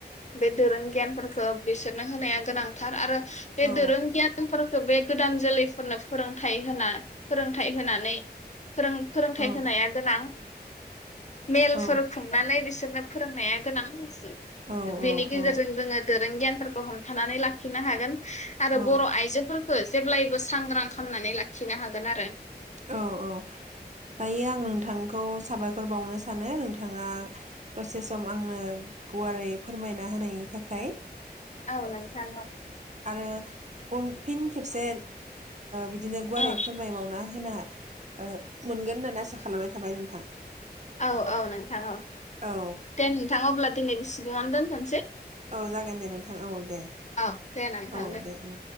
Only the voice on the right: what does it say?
औ
औ
औ
औ औ
औ
औ
औ औ दायो आं नोंथांखौ साबायखर बाउनो सानो नोंथाङा दसे सम आंनो गुवारै फोरमायना होनायनि थाखाय
आरो उनफिन खेबसे बिदिनो गुवारै
फोरमायबावना होना ओ मोनगोन होननानै आसा खालामनाय थाबाय नोंथां
औ
औ जागोन दे नोंथां औ दे
औ
दें